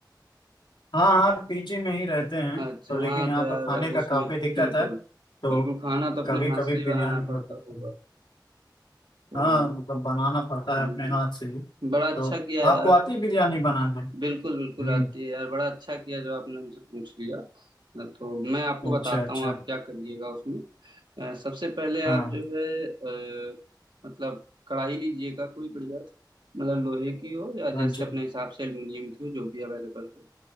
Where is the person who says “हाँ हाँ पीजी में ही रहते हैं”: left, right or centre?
Left